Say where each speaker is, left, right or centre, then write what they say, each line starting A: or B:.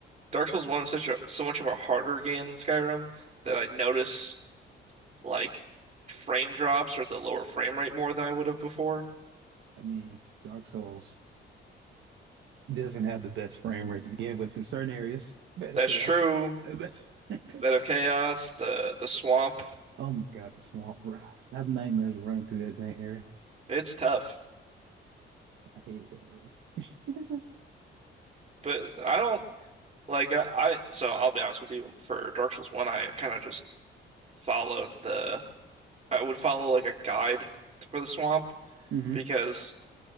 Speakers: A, on the right (about 35°); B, on the right (about 70°).
A: Dark Souls 1 is such a so much of a harder game than Skyrim that I notice like frame drops or the lower frame rate more than I would have before.
B: I mean, Dark Souls. doesn't have the best frame rate to begin with in certain areas. Bed
A: That's
B: of chaos.
A: true.
B: Uh, But <laughs>
A: Bed of Chaos, the the swamp,
B: oh my God, the swamp, bro. I have nightmares running through that dang area.
A: it's tough.
B: I hated that area. <laughs>
A: But I don't like I, I so I'll be honest with you, for Dark Souls 1 I kind of just followed the I would follow like a guide for the swamp
B: hmm
A: because